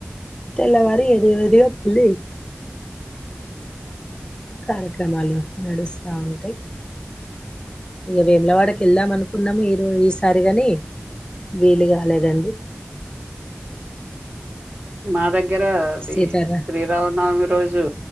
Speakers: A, on the left; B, on the right.
A: తెల్లవారు ఏదవిదిగా మళ్ళీ కార్యక్రమాలు నడుస్తా ఉంటాయ్ ఇగ వేమలవాడకి వెళ్దాం అనుకున్నాము ఈరో ఈసారిగాని వీలు కాలేదండి
B: మాదగ్ గ్గరది
A: సీతారా
B: శ్రీరామనవమి రోజు